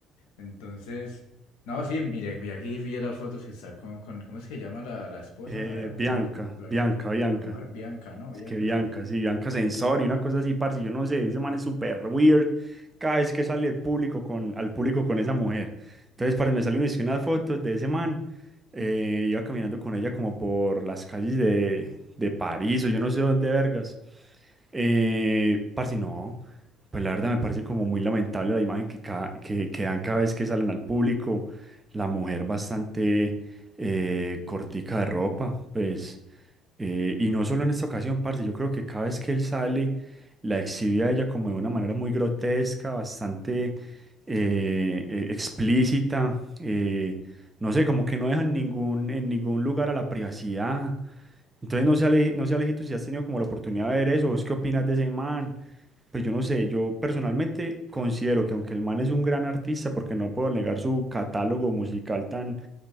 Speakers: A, on the left (about 65°); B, on the right (about 20°).
A: Entonces, no, sí, mira, mira que sí pillé las fotos que está con, con, ¿cómo es que llama la, la esposa?
B: Eh,
A: O
B: Bianca,
A: bueno, la,
B: Bianca, Bianca.
A: la mujer, Bianca, ¿no? Bianca.
B: Es que Bianca, sí, Bianca Sensor y una cosa así, parce, yo no sé, ese man es súper weird cada vez que sale público con, al público con esa mujer. Entonces, parce, me salieron es que unas fotos de ese man, eh, iba caminando con ella como por las calles de, de París o yo no sé dónde vergas. Eh, parce, no, pues la verdad me parece como muy lamentable la imagen que, ca- que, que dan cada vez que salen al público, la mujer bastante eh, cortica de ropa, pues... Eh, y no solo en esta ocasión, parce, yo creo que cada vez que él sale, la exhibe a ella como de una manera muy grotesca, bastante eh, eh, explícita. eh, no sé, como que no dejan ningún, en ningún lugar a la privacidad. Entonces, no sé, Ale- no sé, Alejito, si has tenido como la oportunidad de ver eso, ¿vos qué opinas de ese man? Pues yo no sé, yo personalmente considero que aunque el man es un gran artista, porque no puedo negar su catálogo musical tan,